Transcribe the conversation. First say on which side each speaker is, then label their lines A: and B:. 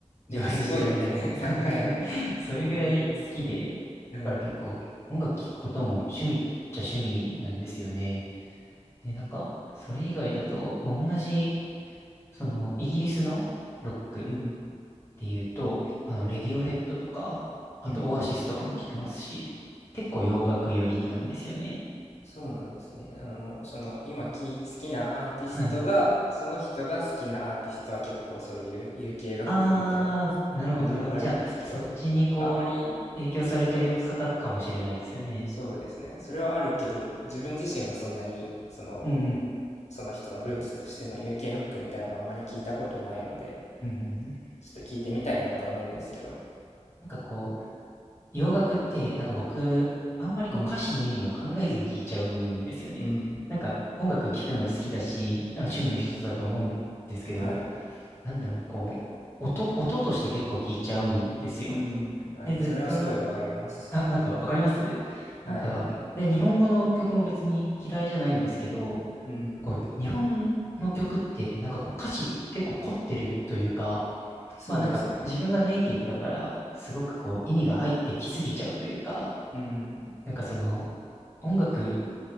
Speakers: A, on the left; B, on the left.
A: 上映してる間に
B: ね、すごいですね。<laughs> 3回も。
A: <laughs> それぐらい好きで、
B: ね。
A: だから結構音楽聴くことも趣味っちゃ趣味なんですよね。
B: うん。
A: で、なんか、それ以外だと、まあ、同じ、その、イギリスのロック
B: うん。
A: っていうと、あの、レディオヘッドとか、あとオアシスとかも聴きますし、
B: うん。
A: 結構洋楽寄りなんですよね。
B: そうなんですね。あの、その、今き、好きなアーティストが、
A: はい。
B: その人が好きなアーティストは結構そういう UK ロックみたいな感じではあるんですけど、
A: ああ、なるほど、なるほど。じゃあ、そっちにこう、
B: あんまり、
A: 影響されてる方かもしれないですよね。
B: ちょっと、そうですね。それはあるけど、自分自身はそんなに、その、
A: うんう
B: その人のルーツとしての
A: ん
B: UK ロックみたいなのはあまり聞いたことないので、
A: うんうん。うんうんうん。
B: ちょっと聞いてみたいなとは思うんですけど。
A: なんかこう、洋楽って、なんか僕、あんまりこう歌詞の意味を考えずに聞いちゃうんですよね。
B: うん。うん。
A: なんか音楽聴くの好きだし、あ趣味の一つだと思うんですけど、
B: はい。
A: なんだろう、こう、音、音として結構聞いちゃうんですよ。
B: うん。あ、
A: で、
B: でもそれはすごいわかります。
A: ずっとなんかあ、なんかわかりますなんか、
B: はい。
A: で、日本語の曲も別に嫌いじゃないんですけど、
B: うん。
A: こう、日本の曲って、なんかこう歌詞結構凝ってるというか、
B: そうですね。
A: まあなんか自分がネイティブだから、すごくこう意味が入ってきすぎちゃうというか、
B: うん。
A: なんかその、音楽